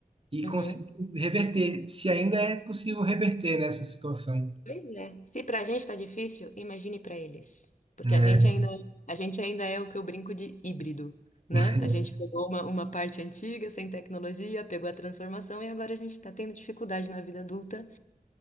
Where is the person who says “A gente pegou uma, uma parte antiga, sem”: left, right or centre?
Left